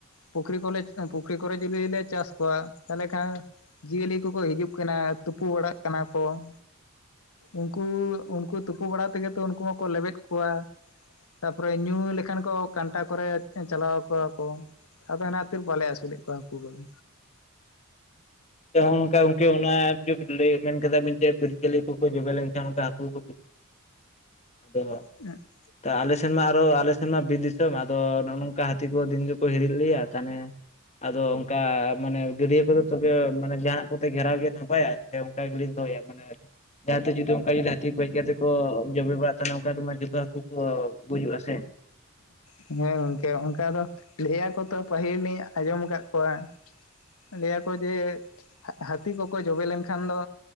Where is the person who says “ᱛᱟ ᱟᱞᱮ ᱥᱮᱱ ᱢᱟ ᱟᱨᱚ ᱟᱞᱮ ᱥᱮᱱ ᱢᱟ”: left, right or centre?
Left